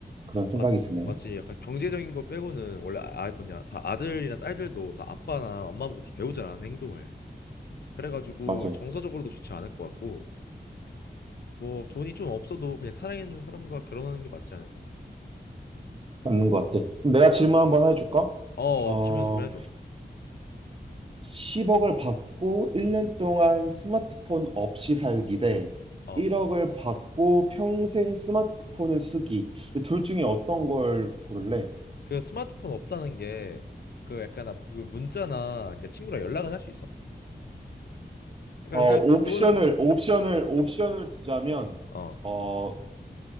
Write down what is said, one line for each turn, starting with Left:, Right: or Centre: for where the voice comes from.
Right: 그런 생각이
Left: 맞지,
Right: 드네.
Left: 맞지. 약간 경제적인 거 빼고는 원래 아 아, 뭐냐 다 아들이나 딸들도 다 아빠나 엄마 보고 다 배우잖아 하는 행동을. 그래가지고
Right: 맞아.
Left: 정서적으로도 좋지 않을 것 같고 뭐 돈이 좀 없어도 그냥 사랑하는 사람과 결혼하는 게 맞지 않을까?
Right: 맞는 것 같아. 그럼 내가 질문 한번 해줄까?
Left: 어,
Right: 어,
Left: 주면 주면 해줘.
Right: 10억을 받고 1년 동안 스마트폰 없이 살기 대
Left: 어,
Right: 1억을 받고 평생 스마트폰을 쓰기. 둘 중에 어떤 걸 고를래?
Left: 그 스마트폰 없다는 게 그 약간 나- 그 문자나 그러니까 친구랑 연락은 할 수 있어. 아까
Right: 어,
Left: 그
Right: 옵션을,
Left: 그거는
Right: 옵션을, 옵션을 두자면,
Left: 어
Right: 어,